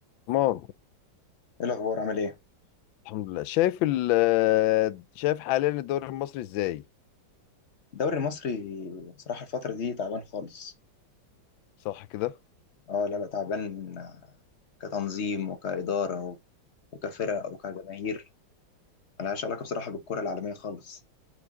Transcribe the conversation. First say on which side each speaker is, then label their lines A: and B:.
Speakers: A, on the left; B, on the left.
A: تمام
B: ايه الاخبار عامل ايه
A: الحمد لله شايف ال شايف حاليا الدوري المصري ازاي
B: الدوري المصري بصراحه الفتره دي تعبان خالص
A: صح كده
B: اه لا لا تعبان آه، كتنظيم وكاداره و- وكفرق وكجماهير ملهاش علاقه بصراحه بالكره العالميه خالص